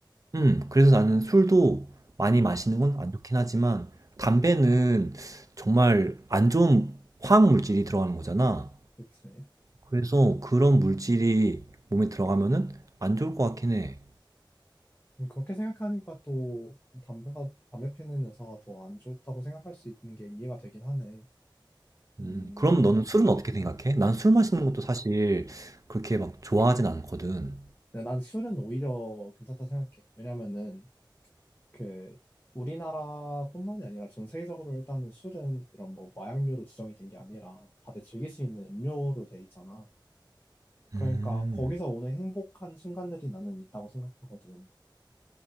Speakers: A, on the right; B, on the left.
A: 음, 그래서 나는 술도 많이
B: 음,
A: 마시는 건 안 좋긴 하지만 담배는 정말 안 좋은 화학 물질이 들어가는 거잖아.
B: 그치.
A: 그래서 그런 물질이 몸에 들어가면은 안 좋을 것 같긴 해.
B: 음, 그렇게 생각하니까 또 담배가 담배 피는 여자가 더 안 좋다고 생각할 수 있는 게 이해가 되긴 하네.
A: 음,
B: 음,
A: 그럼 너는 술은 어떻게 생각해? 난 술 마시는 것도 사실 그렇게 막 좋아하진 않거든.
B: 근데 난 술은 오히려 괜찮다 생각해. 왜냐면은 그 우리나라뿐만이 아니라 전 세계적으로 일단은 술은 이런 뭐 마약류로 지정이 된 게 아니라 다들 즐길 수 있는 음료로 돼 있잖아. 그러니까
A: 음,
B: 거기서 오는 행복한 순간들이 나는 있다고 생각하거든.